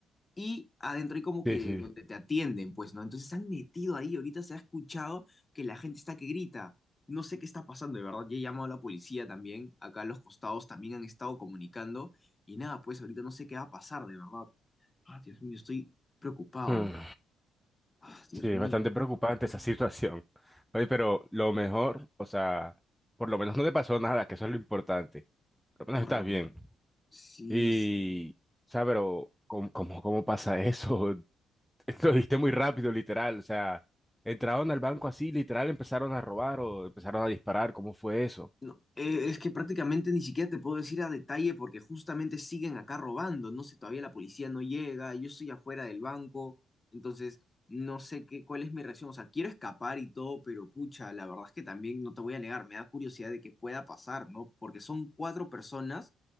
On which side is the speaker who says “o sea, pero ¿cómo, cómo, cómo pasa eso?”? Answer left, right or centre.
Centre